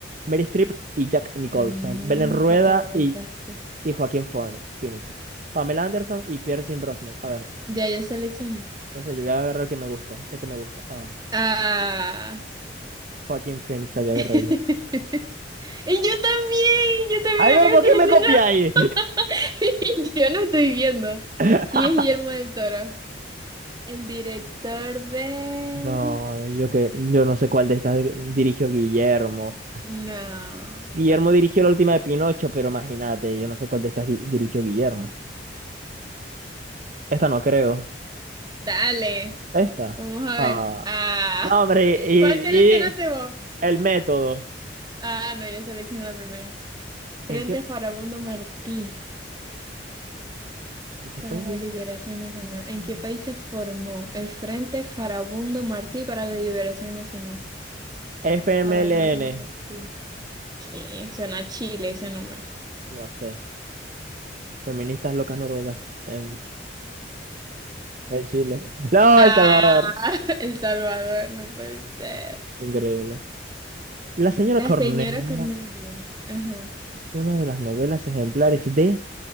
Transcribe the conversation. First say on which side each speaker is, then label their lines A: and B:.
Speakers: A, on the right; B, on the right.
A: Mary Streep y Jack Nicholson.
B: Mm,
A: Belén Rueda
B: se acabó
A: y,
B: el pastel.
A: y Joaquín Phoeni- Phoenix. Pamela Anderson y Pierce Brosnan. A ver,
B: Ya yo seleccioné.
A: no sé, yo voy a agarrar el que me gusta. Este me gusta. Ah.
B: Ah.
A: Joaquín Phoenix había agarrado
B: <laughs> Y yo también, yo también
A: Ay, pero
B: había
A: ¿por
B: seleccionado.
A: qué me copiáis?
B: <laughs> Yo no estoy viendo.
A: <laughs>
B: ¿Quién es Guillermo del Toro? El director de...
A: No, yo que yo no sé cuál de estas dirigió Guillermo.
B: No.
A: Guillermo dirigió la última de Pinocho, pero imagínate, yo no sé cuál de estas gui- dirigió Guillermo. Esta no creo.
B: Dale.
A: Esta.
B: Vamos a ver.
A: Ah.
B: Ah,
A: No,
B: <laughs>
A: hombre, y,
B: ¿cuál seleccionaste
A: y y
B: vos?
A: el método.
B: Ah, no, yo seleccioné la primera. Frente
A: ¿En qué,
B: Farabundo Martí
A: en qué
B: para
A: país
B: la
A: dice?
B: Liberación Nacional. ¿En qué país se formó el Frente Farabundo Martí para la Liberación Nacional?
A: FMLN.
B: Farabundo Martí. ¿Qué? Suena a Chile ese nombre.
A: No sé. Feministas locas noruegas en, en Chile. <laughs> No,
B: Ah,
A: El Salvador.
B: <laughs> El Salvador, no puede ser.
A: Increíble. La señora
B: La
A: Cornelia.
B: señora Cornelia. Ajá.
A: Es una de las novelas ejemplares de